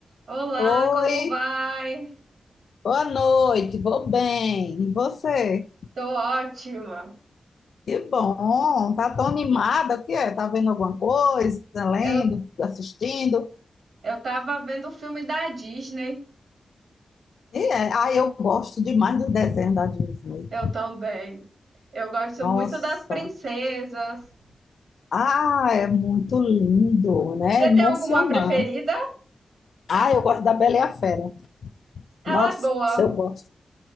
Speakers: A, on the right; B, on the left.
A: Olá,
B: Oi,
A: como vai?
B: boa noite, vou bem. E você?
A: Tô ótima.
B: Que bom, tá tão animada, o que é? Tá vendo alguma coisa, lendo,
A: Eu,
B: assistindo?
A: eu tava vendo o filme da Disney.
B: E é, ah, eu gosto demais do desenho da Disney.
A: Eu também. Eu gosto
B: Nossa,
A: muito das princesas.
B: ah, é muito lindo, né?
A: Você
B: É Emocionante.
A: tem alguma preferida?
B: Ah, eu gosto da Bela e a Fera.
A: Ela
B: Nossa,
A: é boa.
B: eu gosto.